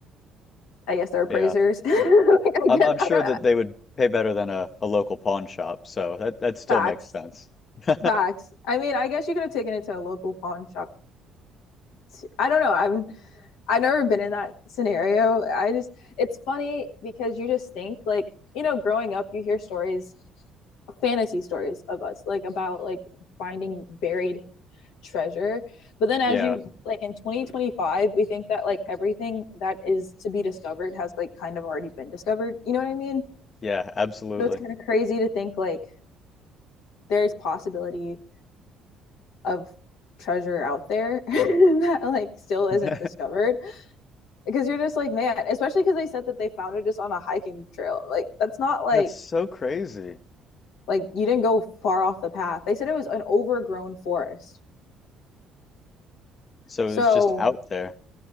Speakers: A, on the left (about 80°); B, on the left (about 40°).
A: I guess they're appraisers.
B: Yeah.
A: <laughs> like, I
B: I'm
A: guess
B: I'm sure
A: I don't,
B: that they would pay better than a, a local pawn shop, so that that still
A: Facts.
B: makes sense. <laughs>
A: Facts. I mean, I guess you could have taken it to a local pawn shop too. I don't know. I'm I've never been in that scenario. I just it's funny because you just think like, you know, growing up you hear stories, fantasy stories of us, like about like finding buried treasure. But then
B: Yeah,
A: as you like in 2025, we think that like everything that is to be discovered has like kind of already been discovered. You know what I mean?
B: yeah, absolutely.
A: So it's kind of crazy to think like there's possibility of treasure out there <laughs> that like still isn't
B: <laughs> That's
A: discovered because you're just like man especially because they said that they found it just on a hiking trail like that's not like
B: so crazy.
A: like you didn't go far off the path they said it was an overgrown forest
B: So
A: so
B: it was just out there.